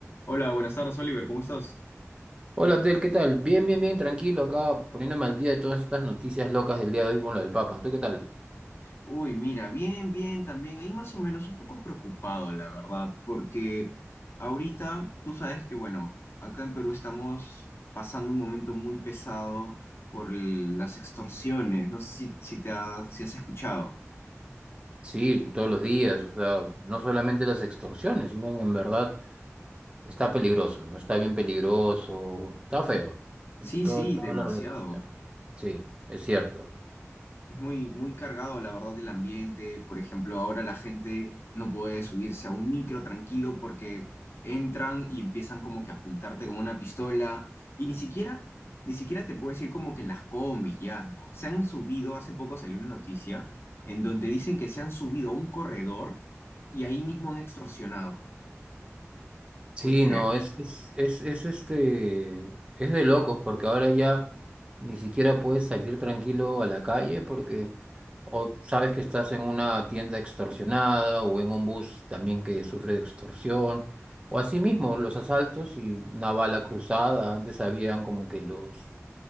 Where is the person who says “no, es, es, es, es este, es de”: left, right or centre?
Right